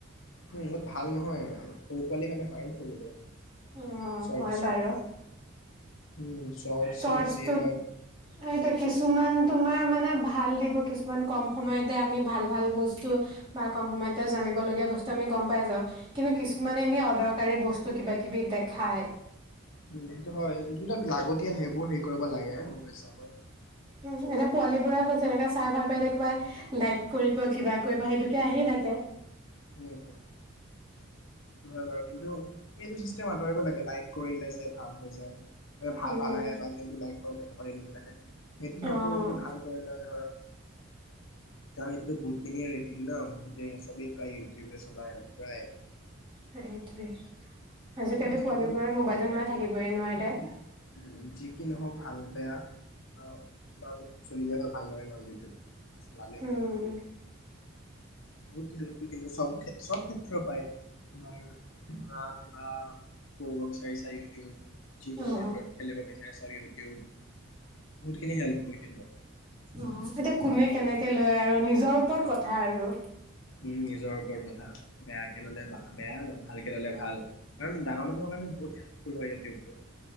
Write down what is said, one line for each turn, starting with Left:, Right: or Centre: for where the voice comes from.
Left: উম বাত ভাল নহয়, সৰু পোৱালিৰ কাৰণে হাৰ্মফুল এইটো।
Right: উম
Left: চৰ্টছটো
Right: হয় বাৰু,
Left: উম চৰ্ট
Right: চৰ্তছটোত
Left: চক যি হওক
Right: এতিয়া কিছুমান তোমাৰ মাৰ মানে ভাল দিব। কিছুমান কম সময়তে আমি ভাল ভাল বস্তু বা কম সময়তে জানিবলগীয়া বস্তু আমি গম পাই যাও কিন্তু কিছুমান এনে অদৰকাৰী বস্তু কিবা কিবি দেখায়।
Left: উম সেইটো হয়, যুনবিলাক লাগতিয়াল সেইবোৰ হেৰি কৰিব লাগে মোৰ হিচাপত।
Right: উম এতিয়া পোৱালীবোৰে আকৌ যেনেকে চাই ভাল পায় এতিয়া কিবা লাইক কৰিব, কিবা কৰিব সেইটোকে আহিয়েই থাকে।
Left: হুম হুম হয় বাৰু কিন্তু এইটো চিষ্টেম আঁতৰিব লাগে লাইক কৰিলে যে ভাল হৈ যায়। মানে ভাল
Right: উম,
Left: ভাল আহে বা যোনটো লাইক কৰে তেনে <unintelligible> সেইটো নকৰি
Right: অ',
Left: যদি ভাল কৰিলে হয়। কাৰণ সেইতটো বহুত খিনিয়ে ৰেটিং ন? বহুতে চবেই প্ৰায় ইউটিউবে চলায় আৰু প্ৰায়
Right: সেইটোৱে আজিকালি
Left: কাৰণ যিহেতু
Right: পোৱালীবোৰে মোবাইলতো নহয় থাকিবই নোৱাৰে।
Left: উম যি কি নহওক ভাল বেয়া আৰু মাজত চলিলে হয় ভালদৰে <unintelligible> চৱালে
Right: উম,
Left: হল কিন্তু বহুত হেল্পফুল কিন্তু চব চব ক্ষেত্ৰৰ পায়, তোমাৰ ধৰা কিবা কৰিব বিচাৰিছা ইউটিউব যিকোনো
Right: অ',
Left: ক্ষেত্ৰত খেলিব বিচাৰে চৰি ইউটিউব বহুতখিনি হেল্প ফুলকন্দ
Right: অ এতিয়া কোনে কেনেকে লয় আৰু নিজৰ ওপৰত কথা আৰু।
Left: উম নিজৰ ওপৰত কথা বেয়াকে ললে বেয়া, ভাল কে ললে ভাল কাৰণ ডাঙৰ মানুহৰ কাৰণে বহুত হেল্পফুল হয় ইটিউবটো।